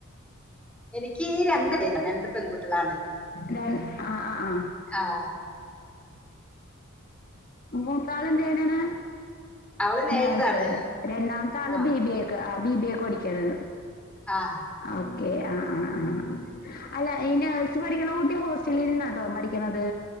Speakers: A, in the centre; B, on the left.
A: എനിക്ക് ഈ രണ്ടുപേരും രണ്ട് പെൺകുട്ടികളാണ്.
B: ര ആ ആ ആ
A: ആഹ്
B: മൂത്താള് എന്ത് ചെയ്യണത്?
A: അവള് നേഴ്സാണ്
B: നേഴ്സ് രണ്ടാമത്തെ ആള്
A: ആ
B: ബി ബി എ ക്ക് ആഹ് ബി ബി എ ക്ക് പഠിക്കേണ്.
A: ആഹ്
B: ഓക്കേ ആഹ് ആഹ് ആഹ്. അല്ല ഈ നേഴ്സ് പഠിക്കണ് കുട്ടി ഹോസ്റ്റലിൽ നിന്നാട്ടോ പഠിക്കണത്,